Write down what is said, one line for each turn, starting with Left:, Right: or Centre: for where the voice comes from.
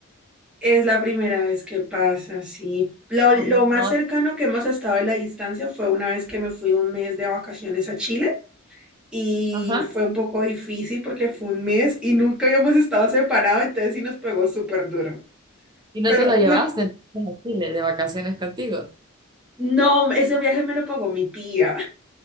Centre: Es la primera vez que pasa, sí. Lo,
Right: Ay,
Centre: lo más
Right: no,
Centre: cercano que hemos estado a la distancia fue una vez que me fui un mes de vacaciones a Chile. y
Right: ajá.
Centre: fue un poco difícil porque fue un mes y nunca habíamos estado separados, entonces sí nos pegó súper duro.
Right: ¿Y no
Centre: Pero
Right: te la llevaste
Centre: no,
Right: entonces a Chile de vacaciones contigo?
Centre: no, ese viaje me lo pagó mi tía.